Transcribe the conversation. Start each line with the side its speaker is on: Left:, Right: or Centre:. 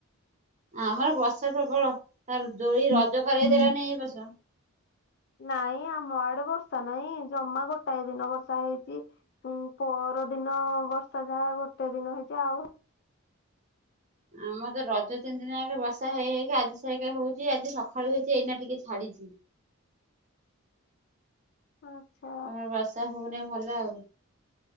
Right: ଆମର ବର୍ଷା ପ୍ରବଳ ତାର ଦୋଳି
Left: ହଉଛି?
Right: ରଜ କରାଇ ଦେଲାନି ଏ ବର୍ଷ।
Left: ନାଇଁ ଆମ ଆଡେ ବର୍ଷା ନାହିଁ ଜମା ଗୋଟାଏ ଦିନ ବର୍ଷା ହେଇଚି। ଉଁ ପର ଦିନ ବର୍ଷା ଯାହା ଗୋଟେ ଦିନ ହେଇଚି ଆଉ
Right: ଆମର ତ ରଜ ତିନି ଦିନ ଯାକ ବର୍ଷା ହେଇ ହେଇକି ଆଜି ସକାରେ ହଉଛି ଆଜି ସକାଳୁ ହେଇଛି ଏଇନା ଟିକେ ଛାଡିଛି।
Left: ଆଚ୍ଛା।
Right: ତମର ବର୍ଷା ହଉନେଇ ଭଲ ଆଉ।